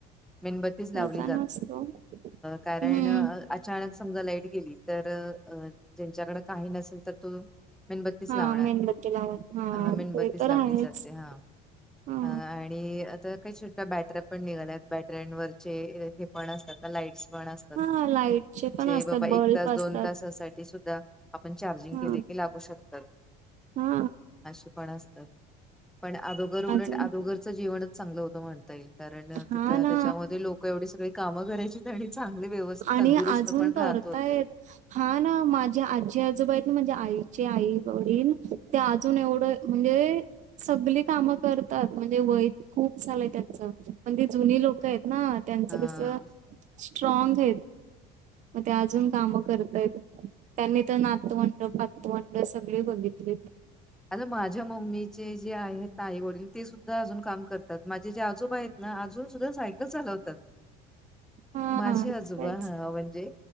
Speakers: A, in the centre; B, on the right.
A: मेणबत्ती लावली.....
B: सहसा नसतो
A: कारण
B: हम्म
A: अचानक समजा लाईट गेली तर अ ज्यांच्याकड काही नसेल तर तो मेणबत्तीस
B: हा
A: लावणार
B: मेणबत्ती लावून हा
A: ह मेणबत्तीस
B: ते तर
A: लावली
B: आहेच
A: जाते हा.
B: हा
A: ह. आणि आता काही छोट्या बॅटऱ्या पण निघल्यात बॅटऱ्यांवररचे हे पण असतात ना लाईट्स पण असत.
B: हा लाईटचे पण
A: ते
B: असतात
A: बाबा
B: बल्ब
A: एक तास दोन
B: असतात
A: तसासाठी सुद्धा आपण चार्जिंग
B: हा
A: केले की लागू शकतो. अस
B: हा
A: पण असतात पण अदोगर उलट
B: अजून
A: आोर जीवनच चांगलं होत म्हणता येईल कारण
B: हा
A: तिथं
B: ना
A: त्याच्यामध्ये लोक एवढे सगळे काम करायची चांगले व्यवस्थित
B: आणि
A: तंदुरुस्त
B: अजून
A: पण
B: करतायेत
A: राहत होते.
B: हा ना माझी आजी आजोबाई म्हणजे आईचे आई वडील ते अजून एवढं म्हणजे सगली काम करतात म्हणजे वय खूप झाल त्यांच पण ते जुनी लोक आहेत ना त्यांच
A: हा
B: कस स्ट्र त मग ते अजून काम करताय. त्यांनी तर नातवंड पातवंड सगळे बघितली.
A: आता माझ्या मम्मीचे जे आहेत ताई वडील ते सुद्धा अजून काम करतात माझे जे आजोबा आहेत. ना अजून सुद्धा सायकल चालवतात
B: हा
A: माझे
B: तेच
A: आजोबा म्हणजे